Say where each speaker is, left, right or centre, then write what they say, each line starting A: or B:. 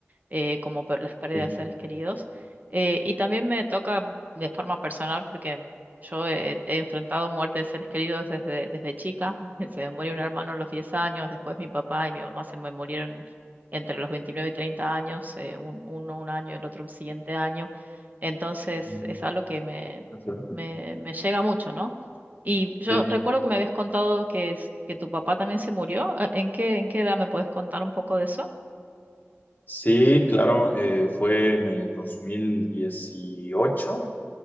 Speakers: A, on the right; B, on the left.
A: eh, como por las pérdidas
B: Sí,
A: de seres queridos. Eh, y también me toca de forma personal porque yo he, he enfrentado muerte de seres queridos desde, desde chica. <laughs> Se me murió un hermano a los 10 años, después mi papá y mi mamá se me murieron entre los 29 y treinta años, eh, un- uno un año, el otro el siguiente año. Entonces
B: mm,
A: es algo que me,
B: es cierto.
A: me, me llega mucho, ¿no? Y yo
B: Sí,
A: recuerdo que me habías contado que, es- que tu papá también se murió. Eh, ¿En qué, en qué edad me puedes contar un poco de eso?
B: Sí, claro, eh, fue en el 2018